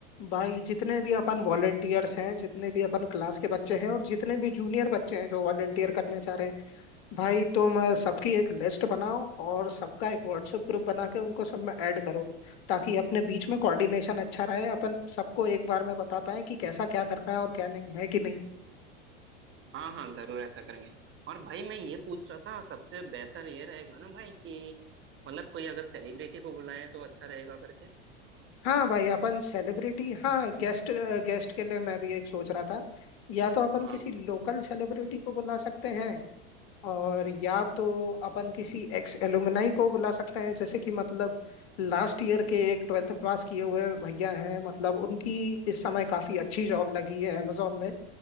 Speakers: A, on the left; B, on the right.
A: भाई जितने भी अपन वॉलेंटियर्स हैं जितने भी अपन क्लास के बच्चे हैं और जितने भी जूनियर बच्चे हैं जो वॉलेंटियर करना चाह रहे हैं भाई तुम अ, सबकी एक लिस्ट बनाओ और सबका एक व्हाट्सएप ग्रुप बना के उनको सब में ऐड करो ताकि अपने बीच में कोऑर्डिनेशन अच्छा रहे अपन सबको एक बार में बता पाए कि कैसा क्या करना है और क्या नहीं है कि नहीं
B: हाँ हाँ जरूर ऐसा करेंगे और भाई मैं ये पूछ रहा था सबसे बेहतर ये रहेगा ना भाई कि मतलब कोई अगर सेलिब्रिटी को बुलाएं तो अच्छा रहेगा करके
A: हाँ भाई अपन सेलिब्रिटी हाँ गेस्ट गेस्ट के लिए मैं भी एक सोच रहा था या तो अपन
B: हाँ
A: किसी लोकल सेलिब्रिटी को बुला सकते हैं और या तो अपन किसी एक्स एलुमनाई को बुला सकते हैं जैसे कि मतलब लास्ट ईयर के एक ट्वेल्थ पास किए हुए भैया हैं मतलब उनकी इस समय काफी अच्छी जॉब लगी है अमेजोन में